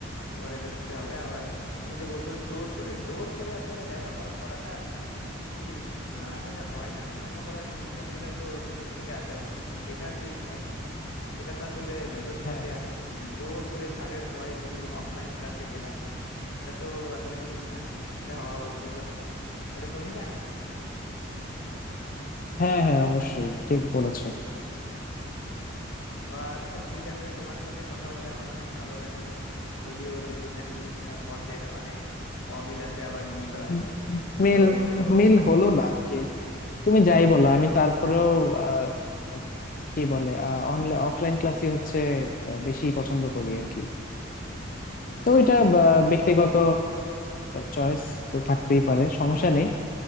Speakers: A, on the left; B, on the left.
A: পরে দেখতে হবে আবার তুমি যে বলছো জোর করে জোর করে আসলে লেখাপড়া করাটা খুবই আহ, আসলে হয় না লেখাপড়া জিনিসটা আসলে তো ভেতর থেকে আসা উচিত যে শেখার যে ইচ্ছাটা সেটা তো আসলে ভেতর
B: হ্যাঁ
A: থেকে আসা উচিত যে জোর করে স্যারের ভয়ে তুমি অফলাইন ক্লাসে গেলা এটা তো আসলে ঠিক না এটা হওয়া উচিতও না এরকমই না
B: হ্যাঁ হ্যাঁ অবশ্যই ঠিক বলেছো
A: তো আচ্ছা ঠিক আছে তোমার সাথে কথা বলে আমার অনেক ভালো লাগলো যদিও দুইজনের মি- মতের অনেক অমিল আছে আবার মিলও আছে
B: উম, মিল
A: তো এরকম
B: মিল
A: <laughs>
B: হলো না আর কি তুমি যাই
A: হ্যাঁ
B: বলো
A: হ্যাঁ
B: আমি তারপরেও আহ, কি বলে অনলাইন অফলাইন ক্লাসই হচ্ছে আহ, বেশি পছন্দ করি আর কি
A: বোঝা
B: তো
A: গেছে
B: এটা আহ, ব্যক্তিগত চয়েস তো থাকতেই পারে সমস্যা নেই